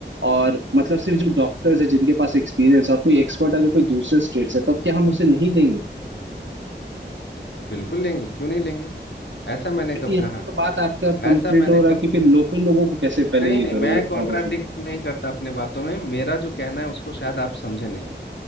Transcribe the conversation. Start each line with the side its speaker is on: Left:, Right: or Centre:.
Right: और मतलब सिर्फ जो डॉक्टर्स है जिनके पास एक्सपीरियंस और कोई एक्सपर्ट अगर कोई दूसरे स्टेट से तब क्या हम उसे नहीं लेंगे
Left: बिल्कुल लेंगे क्यों नहीं लेंगे ऐसा
Right: तो
Left: मैंने
Right: फिर तो
Left: कब
Right: यहाँ
Left: कहा
Right: पे तो बात आपका कंप्लीट
Left: ऐसा मैंने
Right: हो
Left: कब
Right: रहा है कि
Left: कहा
Right: फिर लोकल लोगों को कैसे पहले
Left: नहीं
Right: ये
Left: नहीं
Right: करोगे
Left: मैं
Right: प्रमोशन
Left: कॉन्ट्राडिक्ट नहीं करता अपने बातों में मेरा जो कहना है उसको शायद आप समझे नहीं